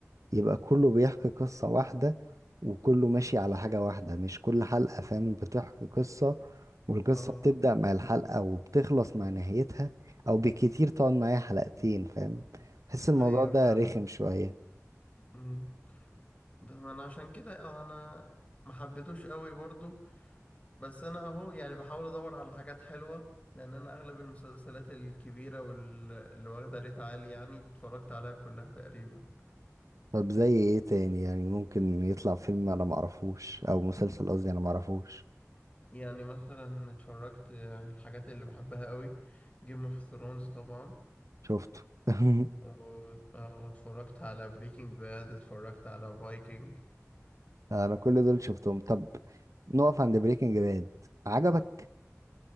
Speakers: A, on the right; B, on the left.
A: يبقى كله بيحكي قصة واحدة وكله ماشي على حاجة واحدة مش كل حلقة فاهم بتحكي قصة والقصة
B: اه
A: بتبدأ مع الحلقة وبتخلص مع نهايتها أو بكتير تقعد معايا حلقتين فاهم بحس الموضوع
B: ايوه
A: ده
B: فاهم
A: رخم شوية
B: أمم. بس انا عشان كده آه، انا ما حبيتوش قوي برضو بس انا اهو يعني بحاول ادور على حاجات حلوه لان انا اغلب المسلسلات الكبيره واللي واخده ريت عالي يعني اتفرجت عليها كلها تقريبا
A: طب زي ايه تاني يعني ممكن يطلع فيلم أنا معرفوش أو مسلسل قصدي أنا معرفوش
B: يعني مثلا اتفرجت آه، الحاجات اللي بحبها قوي جيم اوف ثرونز طبعا
A: شفته <laughs>
B: و- آه، واتفرجت على بريكنج باد اتفرجت على فايكنج
A: أنا كل دول شفتهم طب نقف عند بريكنج باد عجبك؟